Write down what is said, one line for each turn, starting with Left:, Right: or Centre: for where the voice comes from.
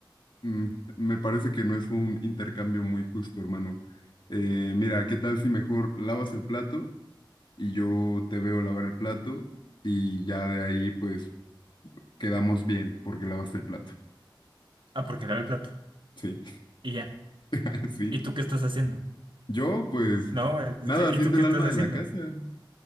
Left: Mm, me parece que no es un intercambio muy justo, hermano. Eh, mira, ¿qué tal si mejor lavas el plato? y yo te veo lavar el plato y ya de ahí pues quedamos bien porque lavaste el plato.
Right: Ah, porque lavo el plato.
Left: Sí,
Right: Y ya.
Left: <laughs> sí.
Right: ¿Y tú qué estás haciendo?
Left: Yo pues
Right: No, este,
Left: nada, haciendo
Right: ¿y tú qué
Left: el
Right: estás
Left: alma
Right: haciendo?
Left: de la casa.
Right: <laughs>